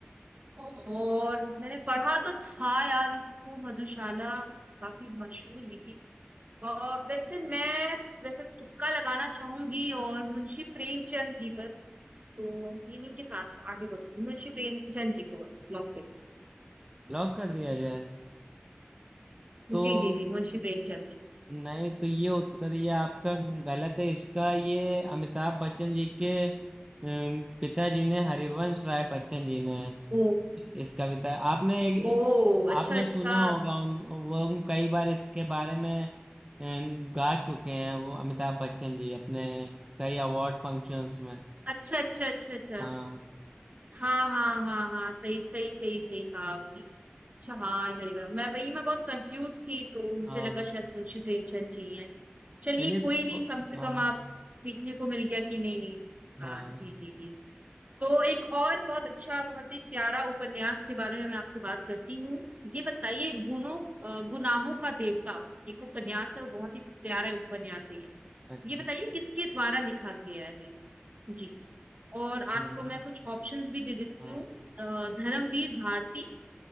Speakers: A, on the right (about 40°); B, on the right (about 20°).
A: और मैंने पढ़ा तो था यार इसको मधुशाला काफी मशहूर भी थी और वैसे मैं वैसे तुक्का लगाना चाहूंगी और मुंशी प्रेमचंद जी पर तो इन्हीं के साथ आगे बढ़ूंगी मुंशी प्रेमचंद जी को लॉक करती
B: लॉक कर दिया जाए तो
A: हूँ जी जी जी मुंशी प्रेमचंद जी
B: नहीं तो ये उत्तर ये आपका गलत है इसका ये अमिताभ बच्चन जी के अम, पिताजी ने हरिवंश राय बच्चन जी ने
A: ओ
B: इस कविता आपने एक
A: ओ अच्छा
B: आपने
A: इसका
B: सुना होगा उन वो हम कई बार इसके बारे में अ, गा चुके हैं वो अमिताभ बच्चन जी अपने कई अवार्ड फंक्शंस में
A: अच्छा अच्छा अच्छा अच्छा
B: हाँ
A: हाँ हाँ हाँ हाँ सही सही सही सही कहा आपने अच्छा हाँ हरिवर मैं वही मैं बहुत कंफ्यूज थी तो मुझे
B: हाँ
A: लगा शायद तुलसी प्रेमचंद जी हैं चलिए
B: चलिए
A: कोई नहीं
B: हाँ
A: कम से कम आप सीखने को मिल गया कि नहीं नहीं हाँ
B: हाँ
A: जी जी जी तो एक और बहुत अच्छा बहुत ही प्यारा उपन्यास के बारे में मैं आपसे बात करती हूँ ये बताइए गुनों अ, गुनाहों का देवता एक उपन्यास है और बहुत ही प्यारा उपन्यास है ये
B: अच्छा
A: ये बताइए किसके द्वारा लिखा गया है जी और आपको
B: हाँ
A: मैं कुछ ऑप्शंस भी दे देती
B: हाँ।
A: हूँ अ, धर्मवीर भारती